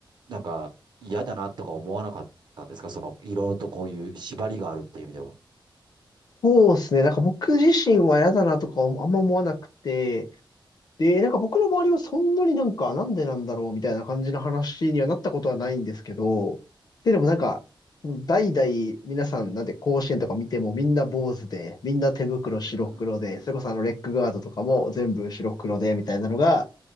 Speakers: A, on the right (about 55°); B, on the left (about 50°).
A: なんか嫌だなとか思わなかったんですかその、いろいろとこういう縛りがあるっていう意味では。
B: そうですね。なんか僕自身は嫌だなとかあんま思わなくて、で、なんか僕の周りはそんなになんか、なんでなんだろうみたいな感じの話にはなったことはないんですけど、っていうのもなんか、
A: うん。
B: 代々皆さんなんで甲子園とか見てもみんな坊主で、みんな手袋白黒で、
A: うん。
B: それこそあのレッグガードとかも全部白黒でみたいなのが、